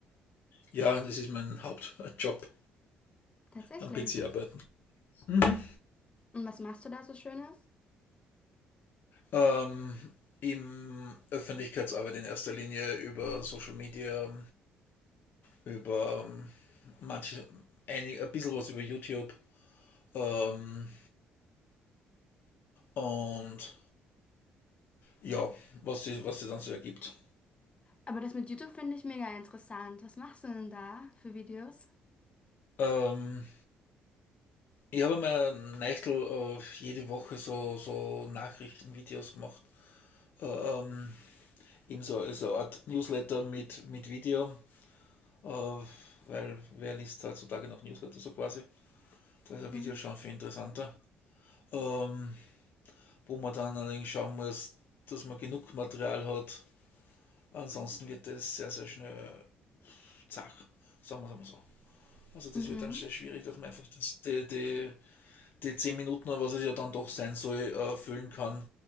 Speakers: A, on the left; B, on the left.
A: Ja, das ist mein Hauptjob
B: Tatsächlich.
A: am PC arbeiten. Mhm.
B: Und was machst du da so Schönes?
A: Ähm, Im Öffentlichkeitsarbeit in erster Linie über Social Media, über ähm, manche, einig, ein bisschen was über YouTube ähm, und ja, was sie was sie dann so ergibt.
B: Aber das mit YouTube finde ich mega interessant. Was machst du denn da für Videos?
A: Ähm, ich habe mir Neichtel äh, jede Woche so, so Nachrichtenvideos gemacht. Ähm, eben so, so eine Art Newsletter mit, mit Video, äh, weil wer liest heutzutage noch Newsletter so quasi? Da ist ein
B: Mhm.
A: Video schon viel interessanter. Ähm, wo man dann allerdings schauen muss, dass man genug Material hat. Ansonsten wird das sehr, sehr schnell zach, sagen wir es mal so. Also das
B: Mhm.
A: wird dann sehr schwierig, dass man einfach das, die, die, die 10 Minuten, was es ja dann doch sein soll, äh, füllen kann.